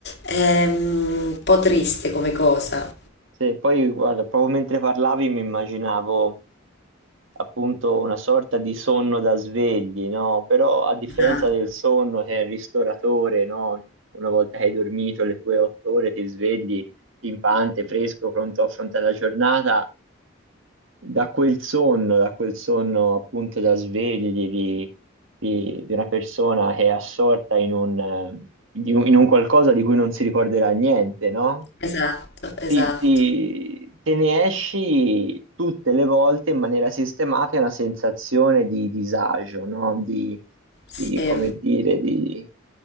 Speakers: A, on the left (about 55°); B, on the right (about 75°).
A: Ehm, un po' triste come cosa.
B: Sì, poi guarda, proprio mentre parlavi mi immaginavo appunto una sorta di sonno da svegli, no? Però a differenza
A: Esatto,
B: del sonno che è il ristoratore, no? Una volta che hai dormito le tue otto ore ti svegli pimpante, fresco, pronto a affrontare la giornata, da quel sonno, da quel sonno appunto da svegli di, di- di una persona che è assorta in un, eh, di un- in un qualcosa di cui non si ricorderà niente, no?
A: esatto, esatto.
B: ti, ti- te ne esci tutte le volte in maniera sistematica una sensazione di disagio, no? Di,
A: Sì.
B: di, come dire, di,